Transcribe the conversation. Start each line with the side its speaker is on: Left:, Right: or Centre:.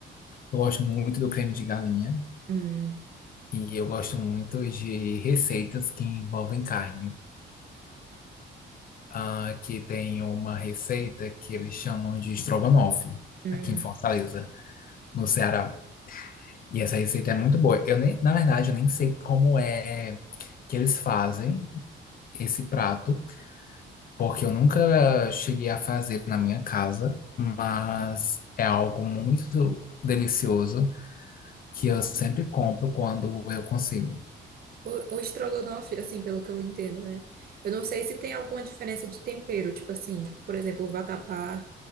Left: Eu gosto muito do creme de galinha.
Right: Hum,
Left: E eu gosto muito de receitas que envolvem carne. Ah, aqui tem uma receita que eles chamam de estrogonofe,
Right: hum.
Left: aqui em Fortaleza, no Ceará. E essa receita é muito boa. Eu nem, na verdade, eu nem sei como é que eles fazem esse prato, porque eu nunca cheguei a fazer na minha casa, mas é algo muito delicioso que eu sempre compro quando eu consigo.
Right: O, o estrogonofe, assim, pelo que eu entendo, né? Eu não sei se tem alguma diferença de tempero, tipo assim, por exemplo, o vatapá,